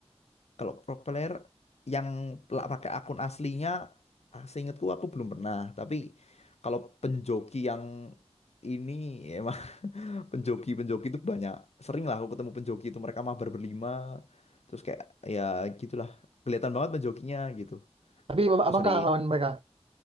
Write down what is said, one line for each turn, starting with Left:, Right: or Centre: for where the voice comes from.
Left: Kalau pro player yang la- pakai akun aslinya, ah, seingatku aku belum pernah. Tapi kalau penjoki yang ini ya, <laughs> penjoki penjoki itu banyak sering lah aku ketemu penjoki itu mereka mabar berlima terus kayak ya gitulah kelihatan banget penjokinya gitu
Right: Tapi ab-
Left: itu
Right: abang
Left: sering
Right: kalah lawan mereka.